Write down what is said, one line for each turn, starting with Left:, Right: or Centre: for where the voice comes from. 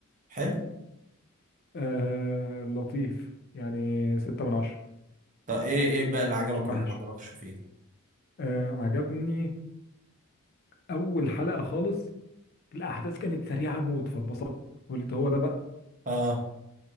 Right: حلو
Left: آه لطيف يعني ستة من عشرة
Right: طب ايه ايه بقى اللي عجبك
Left: مش وحش
Right: واللي ما عجبكش فيه
Left: آه عجبني اول حلقة خالص الاحداث كانت سريعة موت فاتبسطت قلت هو ده بقى
Right: اه